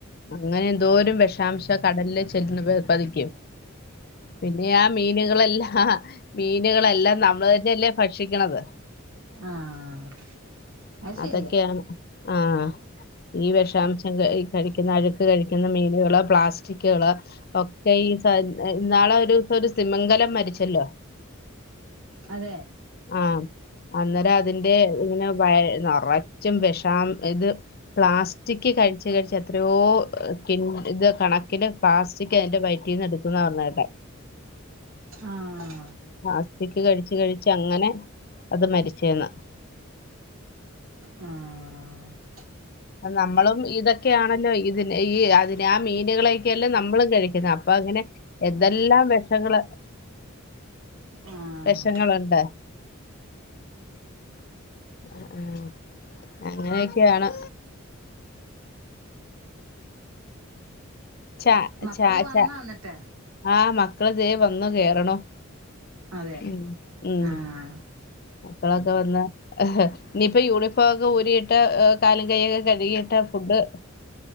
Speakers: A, on the left; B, on the right.
A: അങ്ങനെന്തോരം വെഷാംശ കടലില് ചെന്ന് പതിക്കും പിന്നെ ആഹ് മീനുകളെല്ലാം മീനുകളെല്ലാം നമ്മള് തന്നെയല്ലേ ഭക്ഷിക്കണത്
B: ആഹ് അത്
A: അതക്കെയാണ്
B: ശരിയാ
A: ആഹ് ഈ വെഷാംശം ക കഴിക്കുന്ന അഴുക്ക് കഴിക്കുന്ന മീനുകള് പ്ലാസ്റ്റിക്കുകള് ഒക്കെ ഈ സ ഇന്നാളൊ രൂസം ഒരു സിമിങ്കലം മരിച്ചല്ലോ
B: അതേ
A: ആഹ് അന്നേരം അതിന്റെ ഇങ്ങനെ വഴ്‌ നറച്ചും വെഷാം ഇത് പ്ലാസ്റ്റിക്ക്‌ കഴിച്ച് കഴിച്ചെത്രയോ കിന്റ് ഇത് കണക്കില് പ്ലാസ്റ്റിക്ക്യതിന്റെ വയറ്റീന്ന് എടുത്തുന്ന പർഞ്ഞ് കേട്ടെ
B: ആഹ്
A: ആസ്ത്തിക്ക് കഴിച്ച് കഴിച്ച് അങ്ങനെ അത് മരിച്ചേന്ന്
B: ആഹ്
A: അത് നമ്മളും ഇതൊക്കെയാണല്ലോ ഇതിനെ ഈ അതിനെ ആ മീനുകളെയൊക്കെയല്ലേ നമ്മളും കഴിക്കുന്ന് അപ്പം അങ്ങനെ എന്തെല്ലാം വെഷങ്ങള്
B: ആഹ്
A: വെഷങ്ങള് ഉണ്ട് എഹ് ഏഹ് അങ്ങനെയൊക്കെയാണ് ച
B: മക്കള്
A: ചായ
B: വന്നോ
A: ച
B: എന്നിട്ട്
A: ആഹ് മക്കള് ദേ വന്നു കേറണു
B: അതെ
A: ഉം ഉം
B: ആഹ്
A: മക്കളൊക്കെ വന്നോ ഇനിയിപ്പോ യൂണിഫോ ഒക്കെ ഊരിയിട്ട് എ കാലും കയ്യും ഒക്കെ കഴുകീട്ട് ഫുഡ്ഡ്